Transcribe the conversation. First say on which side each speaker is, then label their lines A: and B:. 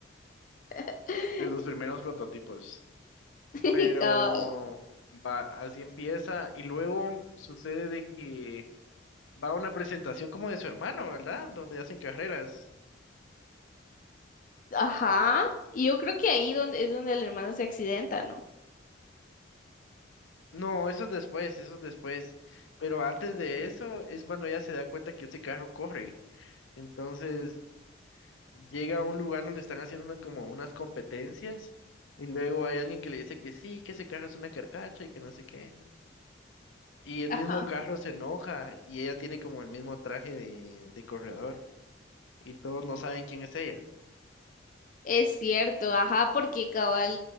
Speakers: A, on the left (about 40°); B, on the left (about 80°).
A: <laughs>
B: De los primeros prototipos.
A: Cabal.
B: Pero va, así empieza. Y luego sucede de que va a una presentación como de su hermano, ¿verdad? Donde hacen carreras.
A: Ajá. Y yo creo que ahí donde, es donde el hermano se accidenta, ¿no?
B: No, eso es después, eso es después. Pero antes de eso es cuando ella se da cuenta que ese carro corre. Entonces llega a un lugar donde están haciendo una- como unas competencias y luego hay alguien que le dice que sí, que ese carro es una carcacha y que no sé qué. Y el
A: Ajá.
B: mismo carro se enoja y ella tiene como el mismo traje de, de corredor y todos no saben quién es ella.
A: Es cierto, ajá, porque cabal